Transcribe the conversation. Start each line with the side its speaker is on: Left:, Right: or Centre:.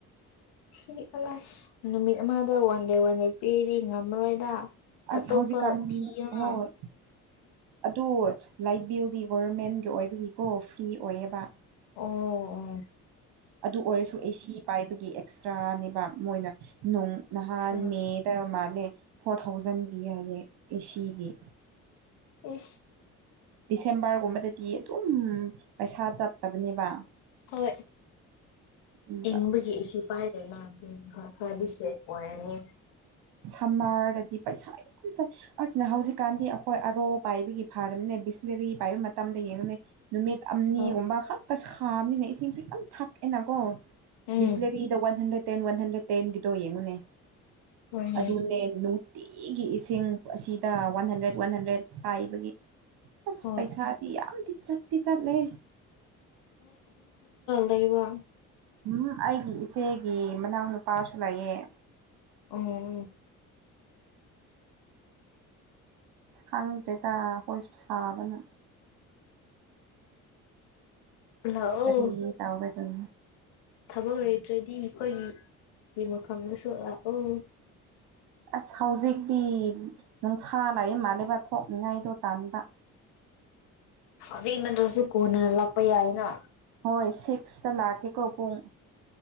Left: ꯁꯤ ꯅꯨꯃꯤꯠ ꯑꯃꯗ ꯋꯥꯟ ꯗꯦ ꯋꯥꯟ ꯗꯦ ꯄꯤꯔꯤ ꯀꯔꯤ ꯉꯝꯃꯔꯣꯏꯗ
Right: ꯑꯁ ꯑꯁ
Left: ꯑꯇꯣꯞꯄ
Right: ꯍꯧꯖꯤꯛꯀꯥꯟ
Left: ꯐꯤ ꯑꯃ
Right: ꯍꯣꯏ ꯑꯗꯨ ꯂꯥꯏꯠ ꯕꯤꯜꯒꯤ ꯒꯣꯚꯔꯃꯦꯟꯒꯤ ꯑꯣꯏꯕꯒꯤꯀꯣ ꯐ꯭ꯔꯤ ꯑꯣꯏꯌꯦꯕ
Left: ꯑꯣ ꯑꯣ
Right: ꯑꯗꯨ ꯑꯣꯏꯔꯁꯨ ꯑꯦꯁꯤ ꯄꯥꯏꯕꯒꯤ ꯑꯦꯛꯁꯇ꯭ꯔꯥꯅꯦꯕ ꯃꯣꯏꯅ ꯅꯣꯡ ꯅꯍꯥꯟ
Left: ꯑꯁ
Right: ꯃꯦꯗ ꯃꯥꯜꯂꯦ ꯐꯣꯔ ꯊꯥꯎꯖꯟ ꯄꯤꯏꯌꯦꯦ ꯑꯦꯒꯤ
Left: ꯑꯣꯐ
Right: ꯗꯤꯁꯦꯝꯕꯔꯒꯨꯝꯕꯗꯗꯤ ꯑꯗꯨꯝ ꯄꯩꯁꯥ ꯆꯠꯇꯕꯅꯦꯕ
Left: ꯍꯣꯏ
Right: ꯑꯗꯨꯒ
Left: ꯏꯪꯕꯒꯤ
Right: ꯑꯁ
Left: ꯏꯁꯨ ꯄꯥꯏꯗꯅ ꯈꯔ ꯈꯔꯗꯤꯁꯦꯠ ꯑꯣꯏꯔꯅꯤ
Right: ꯁꯝꯃꯥꯔꯗꯗꯤ ꯄꯩꯁꯥ ꯌꯥꯝ ꯆꯥꯏ ꯑꯁ ꯁꯤꯅ ꯍꯧꯖꯤꯛꯀꯥꯟꯗꯤ ꯑꯩꯈꯣꯏ ꯑꯔꯣ ꯄꯥꯏꯕꯒꯤ ꯐꯥꯝꯅꯦ ꯕꯤꯁꯂꯔꯤ ꯄꯥꯏꯕ ꯃꯇꯝꯗ ꯌꯦꯡꯉꯨꯅꯦ ꯅꯨꯃꯤꯠ ꯑꯅꯤꯒꯨꯝꯕ
Left: ꯍꯣꯏ
Right: ꯈꯛꯇ ꯁꯥꯕꯅꯤꯅ ꯏꯁꯤꯡꯁꯨ ꯌꯥꯝ ꯊꯛꯑꯦꯅꯀꯣ
Left: ꯎꯝ
Right: ꯕꯤꯁꯂꯔꯤꯗ one hundred ten one hundred ꯇꯦꯟꯒꯤꯗꯣ ꯌꯦꯡꯉꯨꯅꯦ
Left: ꯍꯣꯏꯅꯦ
Right: ꯑꯗꯨꯅꯦ ꯅꯨꯡꯇꯤꯒꯤ ꯏꯁꯤꯡ ꯑꯁꯤꯗ ꯋꯥꯟ ꯍꯟꯗ꯭ꯔꯦꯠ ꯋꯥꯟ ꯍꯟꯗ꯭ꯔꯦꯠ ꯄꯥꯏꯕꯒꯤ ꯑꯁ
Left: ꯍꯣꯏ
Right: ꯄꯩꯁꯥꯗꯤ ꯌꯥꯝꯗꯤ ꯆꯠ ꯇꯤ ꯆꯠꯂꯦ
Left: ꯇꯩꯕ
Right: ꯎꯝ ꯑꯩꯒꯤ ꯏꯆꯦꯒꯤ ꯃꯅꯥꯎ ꯅꯨꯨꯄꯥꯁꯨ ꯂꯩꯌꯦꯦ
Left: ꯎꯝ ꯎꯝ
Right: ꯈꯪꯗ꯭ꯔꯦꯗ ꯍꯣꯏꯁꯨ ꯁꯥꯕꯅ
Left: ꯂꯥꯛꯑꯣ
Right: ꯀꯔꯤ ꯇꯥꯎꯒꯦ ꯑꯗꯨꯝ
Left: ꯊꯕꯛ ꯂꯩꯇ꯭ꯔꯗꯤ ꯑꯩꯈꯣꯏꯒꯤ ꯃꯐꯝꯗꯁꯨ ꯂꯥꯛꯑꯣ
Right: ꯑꯁ ꯍꯧꯖꯤꯛꯇꯤ ꯅꯨꯡꯁꯥ ꯂꯩ ꯃꯥꯂꯕ ꯊ ꯊꯣꯛꯅꯤꯡꯉꯥꯏꯗꯣ ꯇꯥꯟꯕꯥꯟꯕ
Left: ꯍꯧꯖꯤꯛ ꯅꯠꯇ꯭ꯔꯁꯨ ꯀꯣꯟꯅꯅ ꯂꯥꯛꯄ ꯌꯥꯏꯅ
Right: ꯍꯣꯏ ꯁꯤꯛꯁꯇ ꯂꯥꯛꯀꯦꯀꯣ ꯄꯨꯡ